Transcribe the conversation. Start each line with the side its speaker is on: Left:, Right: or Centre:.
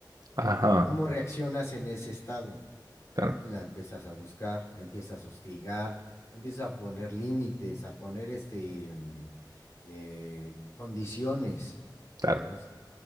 Right: Ajá.
Left: ¿Y cómo reaccionas en ese estado?
Right: Claro,
Left: La empiezas a buscar, la empiezas a hostigar, le empiezas a poner límites, a poner este, mm, eh, condiciones,
Right: claro.
Left: ¿sabes?